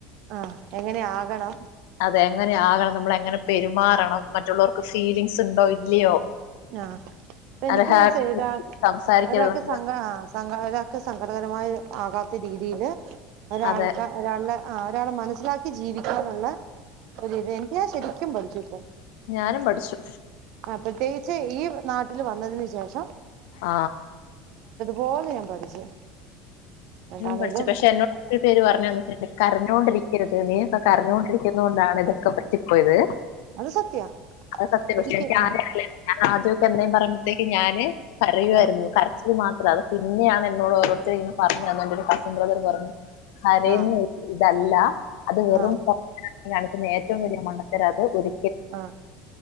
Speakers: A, on the right; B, on the left.
A: ആ എങ്ങനെയാകണം
B: അതെ എങ്ങനെയാകണം നമ്മള് എങ്ങനെ പെരുമാറണം മറ്റുള്ളവർക്ക് ഫീലിംഗ്സ് ഇണ്ടോ ഇല്ലയോ
A: ആഹ് അപ്പ എനിക്ക്
B: അരഹട്ട്
A: മനസിലായി ഒ
B: സംസാരിക്കരുത്
A: ഒരാൾക്ക് സ ആ ഒരാൾക്ക് സങ്കടകരമായ ആകാ രീതിയില് ഒരാൾക്ക്
B: അതെ.
A: ഒരാളുടെ ആ ഒരാളെ മനസ്സിലാക്കി ജീവിക്കാനുള്ള ഒരിത് എനിക്ക് ഞാൻ ശരിക്കും പഠിച്ചു ട്ടോ
B: ഞാനും പഠിച്ചു
A: പ്പത്തീ <unintelligible> ചെയ് ഈ നാട്ടില് വന്നതിന് ശേഷം
B: ആ
A: പോലെ ഞാൻ പഠിച്ച് എന്താണേലും
B: പഠിച്ചു പക്ഷെ എന്നോട് ഒരു പേര് പറഞ്ഞു തന്നിട്ടുണ്ട് കരഞ്ഞോണ്ടിരിക്കരുത് നീപ്പൊ കരഞ്ഞോണ്ടിരിക്കുന്ന കൊണ്ടാണിതൊക്കെ പറ്റിപ്പോയത്
A: അത് സത്യാ
B: അത് സത്യ പക്ഷെ
A: ഒരിക്ക
B: എനിക്ക്
A: ആഹ്
B: ആദ്യ അറിയില്ലായിരുന്നു ഞാ അദ്യൊക്കെ എന്തേലും പറയുമ്പത്തേക്ക് ഞാന് പറയുവാരുന്നു
A: ആഹ്
B: ക കരച്ചില് മാത്ര പിന്നെയാണ് എന്നോട് ഓരോരുത്തരിങ്ങനെ പറഞ്ഞു തന്നത് പിന്നെ കസിൻ ബ്രദർ പറഞ്ഞു കരയുന്നൊ
A: ആഹ്
B: തല്ല ല്ലാ അത് വെറും
A: ആഹ്
B: നക്ക് നേരത്തെ അത് ഒരു
A: ആ